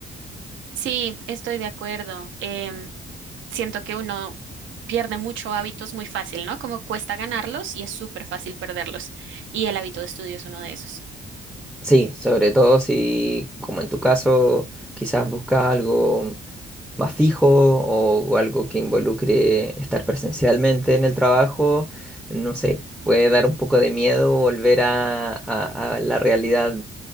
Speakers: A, on the right; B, in the centre.
A: Sí, estoy de acuerdo. Em, siento que uno pierde mucho hábitos muy fácil, ¿no? Como cuesta ganarlos y es súper fácil perderlos. Y el hábito de estudio es uno de esos.
B: Sí, sobre todo si, como en tu caso, quizás buscas algo más fijo o algo que involucre estar presencialmente en el trabajo, no sé, puede dar un poco de miedo volver a, a- a la realidad